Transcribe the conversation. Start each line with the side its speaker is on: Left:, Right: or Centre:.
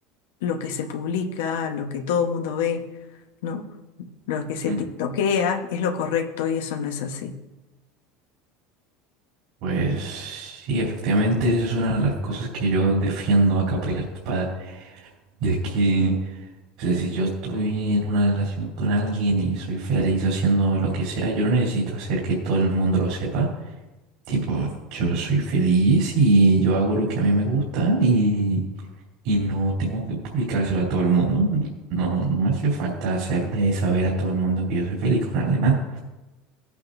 Left: lo que se publica, lo que todo el mundo ve, ¿no? Lo que se
Right: Mm.
Left: tiktokea es lo correcto y eso no es así.
Right: Pues sí, efectivamente, esa es una de las cosas que yo defiendo a capa y espada. Y es que, o sea, si yo estoy en una relación con alguien y soy feliz haciendo lo que sea, yo no necesito hacer que todo el mundo lo sepa. Tipo, yo soy feliz y yo hago lo que a mí me gusta y, y no tengo que publicárselo a todo el mundo. No, no me hace falta hacerle saber a todo el mundo que yo soy feliz con alguien más.